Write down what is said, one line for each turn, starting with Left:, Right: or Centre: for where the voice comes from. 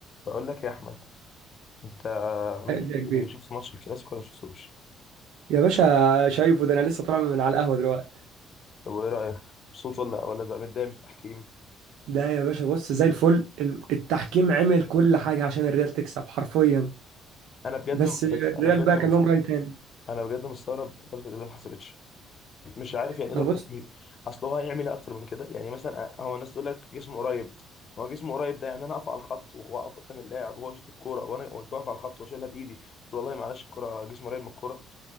Left: بقول لك يا احمد انت عملت
Right: قال لي يا كبير
Left: إيه؟ شفت ماتش الكلاسيكو ولا شفتوش
Right: يا باشا شايفه ده انا لسه طالع من على القهوه دلوقتي
Left: طب وايه رايك مبسوط ولا ولا بقى متضايق من التحكيم
Right: لا يا باشا بص زي الفل ال- التحكيم عمل كل حاجه عشان الريال تكسب حرفيا
Left: انا بجد
Right: بس الريال
Left: انا بجد
Right: بقى كان لهم راي تاني
Left: انا بجد مستغرب ضربه الجزاء ما اتحسبتش مش عارف يعني
Right: ده
Left: يقدر
Right: بص
Left: اصل هو هيعمل ايه اكتر من كده يعني مثلا هو الناس تقول لك جسمه قريب ما هو جسمه قريب ده يعني انا اقف على الخط واقف قدام اللاعب وهو يشوط الكوره وانا وأنت واقف على الخط واشيلها بايدي والله معلش الكوره جسمه قريب من الكوره